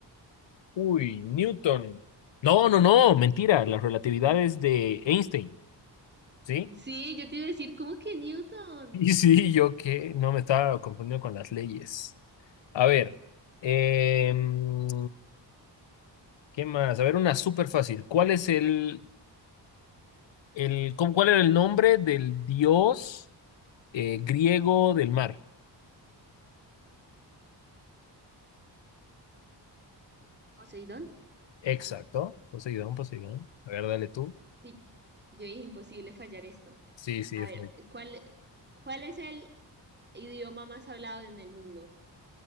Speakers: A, on the left; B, on the right.
A: Uy, Newton. No, no, no, mentira, la relatividad es de Einstein, ¿sí?
B: Sí, yo te iba a decir, ¿cómo que Newton?
A: Y sí, yo que no me estaba confundiendo con las leyes. A ver, em, ¿qué más? A ver, una súper fácil. ¿Cuál es el, el, cómo- cuál era el nombre del dios eh, griego del mar?
B: ¿Poseidón?
A: Exacto. Poseidón, Poseidón. A ver, dale tú.
B: Sí, yo dije imposible fallar esto.
A: Sí, sí,
B: A
A: es
B: ver,
A: el,
B: ¿cuál, cuál es el idioma más hablado en el mundo?